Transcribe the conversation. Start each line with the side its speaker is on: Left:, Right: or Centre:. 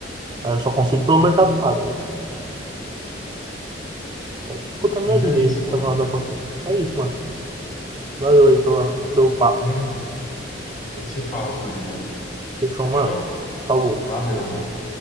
Right: Aí
Left: Caramba.
Right: eu só consigo pelo Mercado Pago agora. Tá dificultando
Left: Mas
Right: a minha
Left: é
Right: vida
Left: isso,
Right: aí, fazer
Left: mano.
Right: umas apostinhas. É isso, mano. Valeu aí
Left: Vamos
Right: pela,
Left: vamos
Right: pelo papo.
Left: seguindo. A gente se fala outro dia.
Right: Fechou,
Left: Fechou?
Right: mano. Falou.
Left: Valeu, mano.